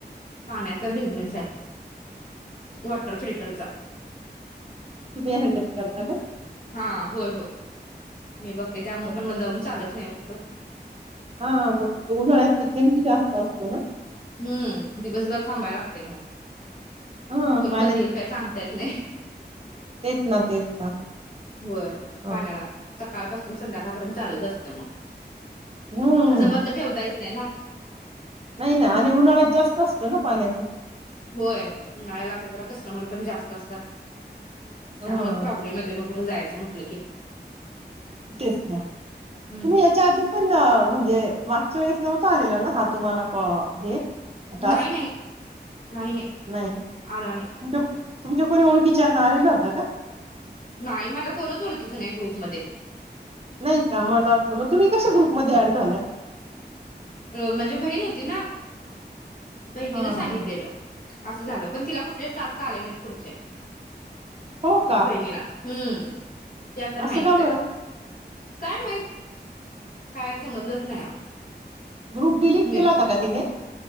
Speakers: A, on the left; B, on the right.
A: पाण्याचा बिझनेस आहे वॉटर फिल्टरचा
B: तुंम्ही हँडल करता का?
A: हा होय होय मी बघते त्यामुळे
B: हा
A: पण चालत नाही ओ. कुठ
B: हा मग उन्हाळ्यात तर टीम पण जास्त असतो ना
A: हंम्म दिवसभर थांबायला लागतय मग
B: हा
A: पोर
B: पाण्यात
A: कधी येईल काय सांगता येत नाही?
B: तेच ना तेच ना.
A: होय
B: हा
A: पाण्याला सकाळं पासुन संध्याकाळ पर्यंत चालुच असत मग
B: हम्म.
A: तसं बंद ठेवता येत नाय ना
B: नाही ना आणि उन्हाळ्यात जास्त असतो ना पाण्याचा
A: होय उन्हाळा लागला तर कस्टमर पण जास्त असतात
B: हा
A: त्यामुळच प्रॉब्लम येतोय मग कुठं जायचं म्हटलं की
B: तेच ना
A: हम्म
B: तुम्ही याच्या आधी पण म्हणजे मागच्या वेळेस नव्हता आलेला ना हा तुम्हाला कॉ हे टास्क
A: नाई नाई नाई नाई
B: नाही ना
A: आला नाई.
B: तुमच्या तुमच्या कोणी ओळखीच्याना आलेला होता का?
A: नाई माझ्या कोणच ओळखीच नाही ग्रुपमध्ये
B: नाई का मला वाटलं म तुम्ही कशा ग्रुपमध्ये ऍड झालाय?
A: अ म्हणजे बहीण होती ना बहिणीने
B: हा
A: सांगितलेल
B: हा
A: असं झालं पण तिला कुठलेच टास्क आले नाईत पुढचे.
B: हो का
A: बहिणीला हम्म ते आता नाहीचायत
B: असं का बरं
A: काय माहित काय समजलंच नाही अहो
B: ग्रुप डिलीट
A: नेम
B: केला होता का तिने